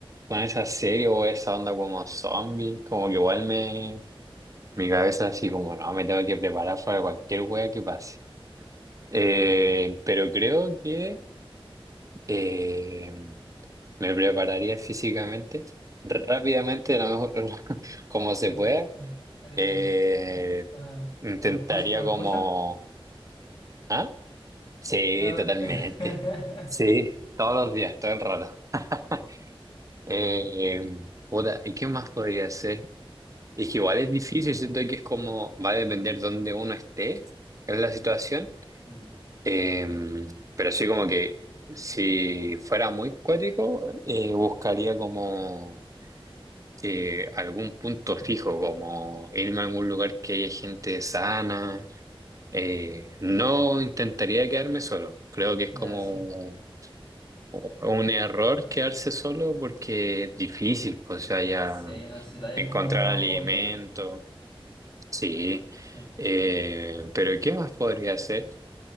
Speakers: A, on the right; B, on the left.
A: con esa serie o esa onda como zombie? Como que igual me, mi cabeza así como, no, me tengo que preparar para cualquier wea que pase. Eh, pero creo que... eh, Me prepararía físicamente, rápidamente, lo mejor, <laughs> como
B: ¿sí?
A: se pueda.
B: ¿Harías
A: Eh,
B: una-
A: intentaría
B: unos push, unos
A: como...
B: push
A: ¿Ah? Sí,
B: No.
A: totalmente.
B: <laughs>
A: Sí, todos los días, todo el rato. <laughs> Eh, puta, ¿y qué más podría hacer? Es que igual es difícil, siento que es como... Va a depender dónde uno esté en la situación.
B: Mm,
A: Eh, pero sí como que si fuera muy cuático, eh, buscaría como... eh, algún punto fijo, como irme a algún lugar que haya gente sana. Eh, no intentaría quedarme solo. Creo que es
B: Ya,
A: como
B: sí,
A: un error
B: así
A: quedarse
B: es.
A: solo porque es difícil, pues, o sea, ya
B: Sí, necesitaría
A: encontrar
B: como
A: alimento.
B: apoyo, ¿no?
A: Sí.
B: Sí,
A: Eh, pero ¿qué más podría hacer?